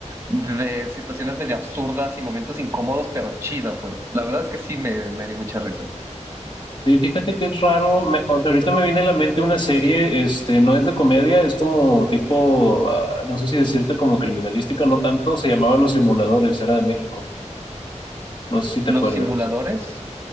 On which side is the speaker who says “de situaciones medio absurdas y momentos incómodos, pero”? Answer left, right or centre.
Right